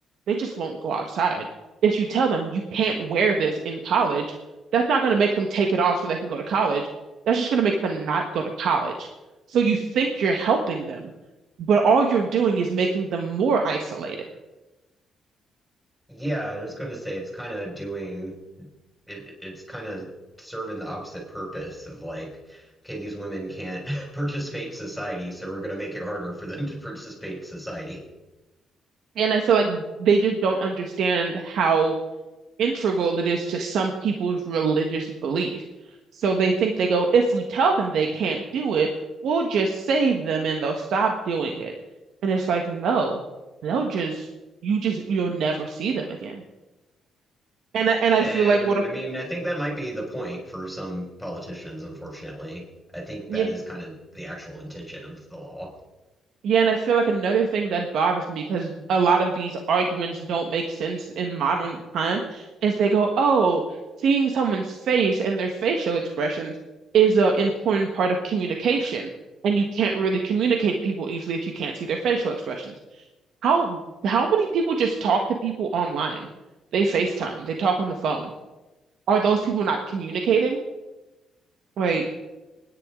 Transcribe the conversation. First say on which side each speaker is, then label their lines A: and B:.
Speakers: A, on the right; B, in the centre.
A: they just won't go outside. If you tell them you can't wear this in college, that's not going to make them take it off so they can go to college. That's just going to make them not go to college. So you think you're helping them, but all you're doing is making them more isolated.
B: yeah. I was going to say it's kind of doing it. It's kind of serving the opposite purpose of like, okay, these women can't <laughs> participate in society, so we're going to make it harder for them to participate in society.
A: And I feel like they just don't understand how integral it is to some people's religious belief. So they think they go, if we tell them they can't do it, we'll just save them and they'll stop doing it. And it's like, no, they'll just you just you'll never see them again. And I, and I
B: And
A: feel like what a
B: I mean, I think that might be the point for some politicians, unfortunately. I think
A: yeah
B: that is kind of the actual intention of the law.
A: Yeah, and I feel like another thing that bothers me because a lot of these arguments don't make sense in modern times is they go, oh, seeing someone's face and their facial expressions is an important part of communication, and you can't really communicate people easily if you can't see their facial expressions. How how many people just talk to people online? They FaceTime, they talk on the phone. Are those people not communicating? Like,